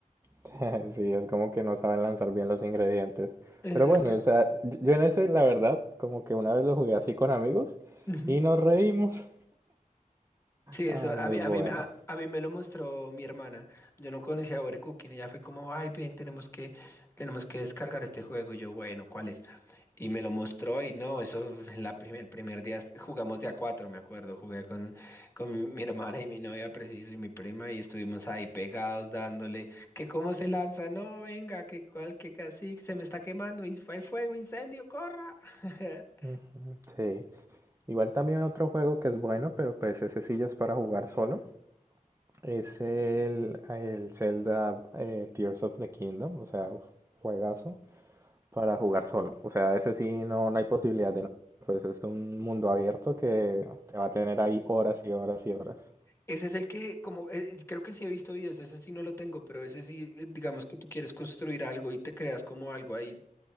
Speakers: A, on the right; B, on the left.
A: <laughs> Sí, es como que no saben lanzar bien los ingredientes.
B: Exacto.
A: Pero bueno, o sea, yo yo en ese, la verdad, como que una vez lo jugué así con amigos
B: Ujú.
A: y nos reímos.
B: Sí,
A: Ay,
B: eso a
A: muy
B: mí,
A: bueno.
B: a mí, a, a mí me lo mostró mi hermana. Yo no conocía Overcooking y ella fue como, ay, bien, tenemos que, tenemos que descargar este juego. Y yo, bueno, ¿cuál es? Y me lo mostró y no, eso en la prim- el primer día es- jugamos de a cuatro, me acuerdo, jugué con, con mi hermana y mi novia preciso y mi prima y estuvimos ahí pegados dándole que cómo se lanza, no, venga, que cual, que casi se me está quemando, y hay fuego, incendio, corra. <laughs>
A: Ujú, Sí. Igual también otro juego que es bueno, pero pues ese sí ya es para jugar solo. Es el, el Zelda eh, Tears of the Kingdom, o sea, uf, juegazo para jugar solo. O sea, ese sí no, no hay posibilidad de no. Pues es un mundo abierto que te va a tener ahí horas y horas y horas.
B: Ese es el que, como, eh, creo que sí he visto videos, ese sí no lo tengo, pero ese sí, eh, digamos que tú quieres construir algo y te creas como algo ahí